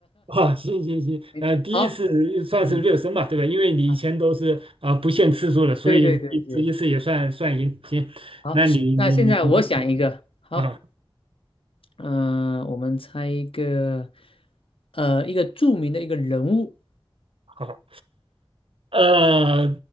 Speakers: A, on the right; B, on the left.
A: 啊，行行行，
B: <laughs>
A: 呃，第一次算是热身吧，
B: 好，嗯，
A: 对吧？因为你以前都是啊、
B: 啊
A: 不限次数的，所以第十一次也算算赢。
B: 对对对对，
A: 行，
B: 好，
A: 那你你你你
B: 那现在我想一个，好，
A: 啊，
B: 嗯、我们猜一个，呃，一个著名的一个人物，
A: 好。呃，